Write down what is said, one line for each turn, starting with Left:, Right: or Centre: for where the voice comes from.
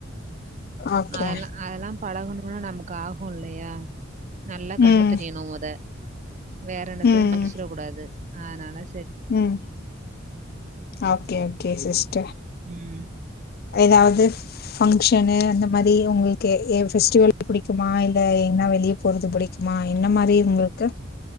Left: ஓகே
Right: அதெல்லா அதெல்லா பழகணுன்னா நமக்கு ஆகு யுல்லயா நல்லா கண்ணு
Left: ம்
Right: தெரியணு மொத வேற என்னத்தையு
Left: ம்
Right: புடிச்சிட கூடாது அதுனால
Left: ம் ஓகே ஓகே சிஸ்டர்
Right: ம்
Left: எதாவ்து பங்ஷனு அந்த மாரி உங்ளுக்கு ஏ பெஸ்டிவல் புடிக்குமா இல்ல எங்கனா வெளிய போறது புடிக்குமா என்ன மாரி உங்ளுக்கு